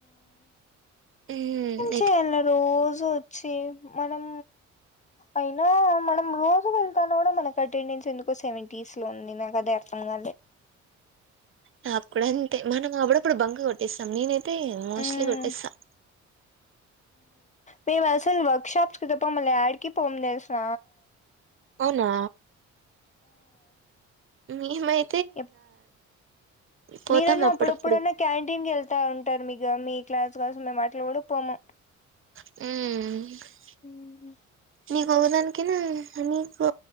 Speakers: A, on the right; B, on the left.
A: అ
B: చేేయాల రోజు వచ్చి మనం అయినా మనం రోజు వెళ్తాన కూడా మనకు అటెండెన్స్ ఎందుకో సెవెంటీస్ లో ఉంది కథేర్కంద
A: నాప్పుడ అంతే మనం ఆవిడప్పుడు బంగ కొట్టేస్తాం నేనైతే మోస్ట్లీ
B: ఉమ్
A: కొట్టేస్తాను
B: మేము అసలు వర్క్ షాప్స్ కి తప్ప మళ్ళ డికి పోము తెసిన
A: అనా మీమై
B: ఎప్
A: పోతాం
B: మీరన్నా
A: అప్పుడప్పుడు
B: అప్పుడప్పుడన్న క్యాంటీన్ కెళ్తారు ఉంటారు మీకు మీ క్లాస్ కోసం మేము అట్ల కూడా పోము
A: ఉమ్
B: ఉమ్
A: నీకు ఒకదానికేనా నీకు